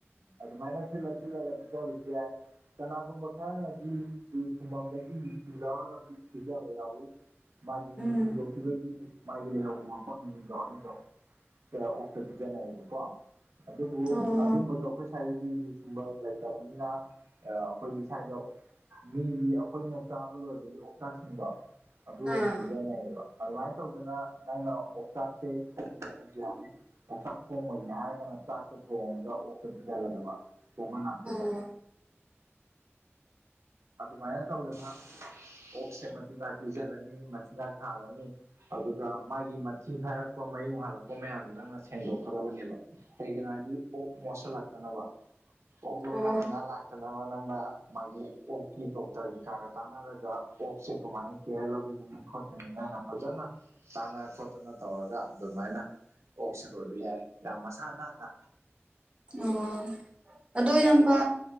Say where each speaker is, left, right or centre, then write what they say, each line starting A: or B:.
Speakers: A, on the right (about 85°); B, on the right (about 25°).
A: ꯑꯗꯨꯃꯥꯏꯅ ꯊꯤꯠꯂ ꯊꯤꯠꯂꯒ ꯄꯤꯖꯕꯖꯨ ꯌꯥꯢ ꯀꯅꯥꯒꯨꯝꯕ ꯈꯔ ꯗꯤ ꯌꯨ ꯁꯨꯡꯕꯝꯗꯒꯤ ꯌꯨꯊꯤ ꯂꯧꯔꯒ ꯄꯤ ꯄꯤꯖꯕ ꯌꯥꯎꯋꯤ ꯃꯥꯒꯤ
B: ꯎꯝ
A: ꯁꯤꯟꯗꯣꯛꯄꯤꯕꯒꯤ ꯃꯥꯒꯤ ꯂꯩꯍꯧꯕ ꯃꯐꯝꯅꯤꯗꯣ ꯑꯗꯨꯗꯣ ꯑꯣꯛꯇ ꯄꯤꯖꯅꯩꯌꯦꯕꯀꯣ ꯑꯗꯨꯕꯨ
B: ꯑꯣ
A: ꯑꯗꯨꯝꯕꯗꯣ ꯑꯈꯣꯏ ꯁ꯭ꯋꯥꯏꯗꯗꯤ ꯌꯨ ꯁꯨꯝꯕ ꯂꯩꯇꯕꯅꯤꯅ ꯑꯈꯣꯏꯗꯤ ꯁ꯭ꯋꯥꯏꯗ ꯃꯤꯒꯤ ꯑꯈꯣꯏꯅ ꯆꯥꯕ ꯂꯣꯏꯕꯒꯤ ꯑꯣꯛꯆꯥꯛꯁꯤꯡꯗꯣ ꯑꯗꯨ ꯑꯣꯏꯅ
B: ꯑꯥ
A: ꯄꯤꯖꯅꯩꯌꯦꯕ ꯑꯗꯨꯃꯥꯏꯅ ꯇꯧꯗꯅ ꯅꯪꯅ ꯑꯣꯛꯆꯥꯛꯁꯦ ꯈꯣꯝꯒꯦ ꯍꯥꯏꯗꯤ ꯌꯥꯔꯦ ꯑꯣꯛꯆꯥꯛ ꯈꯣꯝꯃꯣꯢꯒꯦ ꯍꯥꯏꯔꯒꯅ ꯆꯥꯛꯁꯦ ꯊꯣꯡꯉꯒ ꯑꯣꯛꯇ ꯄꯤꯖꯒꯗꯕ ꯇꯣꯡꯉꯥꯟꯅ ꯄꯤꯕ
B: ꯑꯣ
A: ꯑꯗꯨꯃꯥꯏꯅ ꯇꯧꯗꯅ ꯑꯣꯛꯁꯦ ꯃꯆꯤꯟꯖꯥꯛ ꯄꯤꯖꯔꯅꯤ ꯃꯆꯤꯟꯖꯥꯛ ꯊꯥꯔꯅꯤ ꯑꯗꯨꯒ ꯃꯥꯒꯤ ꯃꯊꯤ ꯐꯥꯏꯔꯛꯄ ꯃꯌꯨꯡ ꯍꯥꯜꯂꯛꯄ ꯃꯌꯥꯝꯗꯨ ꯅꯪꯅ ꯁꯦꯡꯗꯣꯛꯀꯗꯕꯅꯦꯕ ꯀꯩꯒꯤꯅꯣ ꯍꯥꯏꯗꯤ ꯑꯣꯛ ꯃꯣꯠꯁꯜꯂꯛꯇꯅꯕ ꯑꯣꯛ ꯂꯩꯅꯥ
B: ꯑꯣ
A: ꯇꯤꯟꯅꯥ ꯂꯥꯛꯇꯅꯕ ꯅꯪꯅ ꯃꯥꯒꯤ ꯀꯤ ꯗꯣꯛꯇꯔ ꯀꯩꯀꯥꯒ ꯇꯥꯟꯅꯔꯒ ꯑꯣꯛꯁꯦ ꯀꯃꯥꯏꯅ ꯀꯦꯌꯔ ꯂꯧꯕꯤꯒꯅꯤ ꯈꯣꯠꯀꯅꯤ ꯅꯪꯅ ꯐꯖꯅ ꯇꯥꯅ ꯈꯣꯠꯇꯅ ꯇꯧꯔꯒ ꯑꯗꯨꯃꯥꯏꯅ ꯁꯦ ꯂꯣꯏꯕ ꯌꯥꯏ ꯌꯥꯝ ꯃꯁꯥ ꯅꯥꯟꯅ
B: ꯑꯣ ꯑꯗꯣ ꯌꯝꯕ